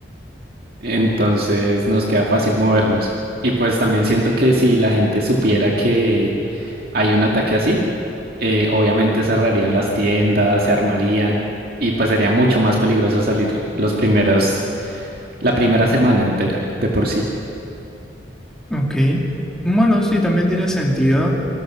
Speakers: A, on the right (about 55°); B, in the centre.
A: Entonces nos queda fácil movernos. Y pues también siento que si la gente supiera que hay un ataque así, eh, obviamente cerrarían las tiendas, se armarían y pues sería mucho más peligroso salir los primeros, la primera semana entera de por sí.
B: Ok. Bueno, sí, también tiene sentido.